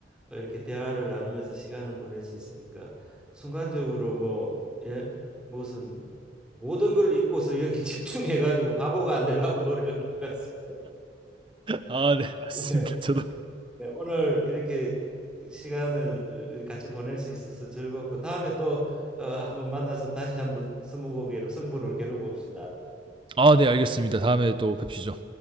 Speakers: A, in the centre; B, on the right (about 25°).
A: 어, 이렇게 대화를 나누면서 시간을 보낼 수 있으니까 순간적으로 뭐 예, 무슨 모든 걸 잊고서 여기 <laughs> 집중해 가지고 바보가 안 되려고 노력하는 것 같습니다.
B: 아 네
A: 네.
B: 맞습니다. 저도
A: 네, 오늘 이렇게 시간을 같이 보낼 수 있어서 즐거웠고 다음에 또 어, 한번 만나서 다시 한번 스무고개로 승부를 겨뤄 봅시다.
B: 아 네 알겠습니다. 다음에 또 뵙시죠.